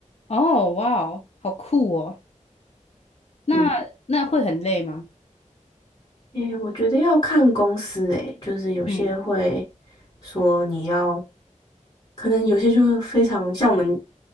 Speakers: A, on the left; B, on the left.
A: 哦，哇哦，好酷哦！那那会很累吗？
B: 嗯。诶，我觉得要看公司诶，就是有些会
A: 嗯
B: 说你要，可能有些就非常像我们